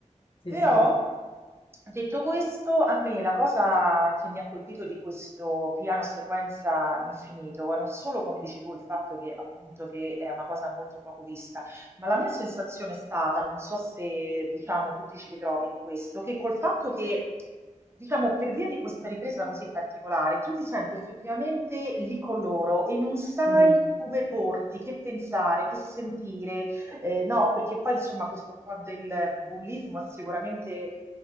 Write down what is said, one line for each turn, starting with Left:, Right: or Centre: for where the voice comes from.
Left: Sì,
Right: Però,
Left: sì.
Right: detto questo, a me la cosa che mi ha colpito di questo piano sequenza infinito è non solo, come dici tu, il fatto che appunto che è una cosa molto poco vista, ma la mia sensazione è stata, non so se diciamo tu ti ci ritrovi in questo, che col fatto che diciamo per via di questa ripresa così particolare, tu ti senti effettivamente lì con loro e non sai
Left: Mhm.
Right: come porti, che pensare, che sentire, eh, no, perché poi insomma questo qua del bullismo è sicuramente